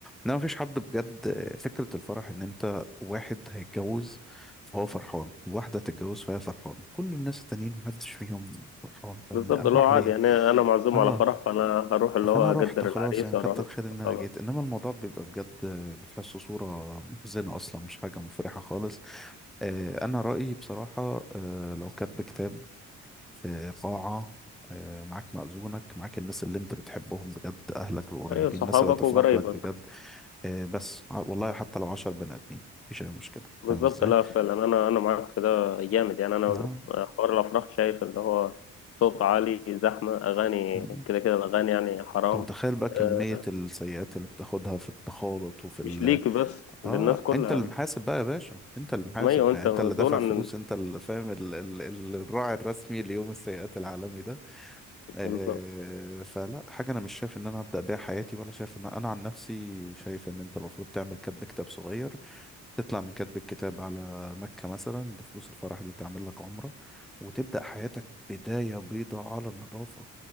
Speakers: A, in the centre; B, on the left (about 50°).
A: انما مفيش حد بجد آه، فكرة الفرح ان انت واحد هيتجوز فهو فرحان واحدة هتتجوز فهي فرحانة كل الناس التانيين محدش فيهم فرحان فاهم
B: بالظبط
A: افرح
B: اللي هو عادي
A: ليه
B: يعني انا معزوم
A: اه
B: على فرح فانا هروح اللي
A: فانا
B: هو
A: رحت
B: اقدر
A: خلاص
B: العريس
A: يعني
B: واروح
A: كتر
B: له.
A: خير ان انا
B: خلاص
A: جيت انما الموضوع بيبقى بجد بتحسه صورة محزنة اصلا مش حاجة مفرحة خالص آه، انا رأيي بصراحة آه، لو كاتب كتاب في قاعة آه، معاك مأذونك معاك الناس اللي انت بتحبهم بجد اهلك القريبين
B: ايوه صحابك
A: الناس اللي هتفرح
B: وقرايبك
A: لك بجد آه، بس ع- والله حتى لو عشر بني ادمين مفيش اي مشكلة
B: بالظبط
A: فاهم ازاي؟
B: لا فعلا انا انا معاك في ده جامد يعني انا
A: اه
B: حوار الافراح شايف اللي هو صوت عالي زحمه اغاني
A: م- م.
B: كده كده الاغاني يعني حرام
A: انت متخيل بقى كمية
B: آه،
A: السيئات اللي بتاخدها في التخالط وفي
B: مش ليك بس
A: اه
B: للناس كلها
A: انت اللي محاسب بقى يا باشا انت اللي محاسب
B: ما هو انت
A: يعني انت
B: مسؤول
A: اللي دافع
B: عن
A: فلوس انت اللي فاهم ال... ال... ال- الراعي الرسمي ليوم السيئات العالمي ده آه
B: بالظبط
A: فلا حاجه انا مش شايف ان انا هبدا بيها حياتي ولا شايف ان انا عن نفسي شايف ان انت المفروض تعمل كاتب كتاب صغير تطلع من كاتب الكتاب على مكه مثلا بفلوس الفرح دي تعمل لك عمره وتبدا حياتك بدايه بيضاء على النظافه